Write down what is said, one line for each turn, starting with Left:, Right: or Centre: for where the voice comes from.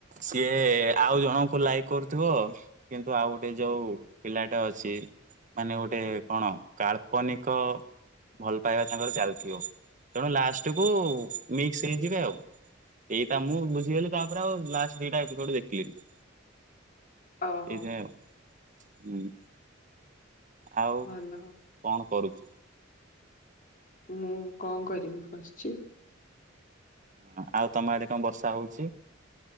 Right: ସିଏ ଆଉ ଜଣଙ୍କୁ ଲାଇକ୍ କରୁଥିବ କିନ୍ତୁ ଆଉ ଗୋଟେ ଯୋଉ ପିଲାଟା ଅଛି, ମାନେ ଗୋଟେ କଣ କାଳ୍ପନିକ ଭଲ ପାଇବା ତାଙ୍କର ଚାଲିଥିବ। ତେଣୁ ଲାଷ୍ଟକୁ ମିକ୍ସ ହେଇଯିବେ ଆଉ। ଏଇଟା ମୁଁ ବୁଝିଗଲି ତାପରେ ଆଉ ଲାଷ୍ଟ ଦିଟା ଏପିସୋଡ ଦେଖିଲିନି।
Left: ଓହୋ
Right: ଏଇଟା ହୁଁ। ଆଉ
Left: ଭଲ
Right: କଣ କରୁଛ?
Left: ମୁଁ କଣ କରିବି ବସିଛି।
Right: ହୁଁ, ଆଉ ତମ ଆଡେ କଣ ବର୍ଷା ହଉଛି?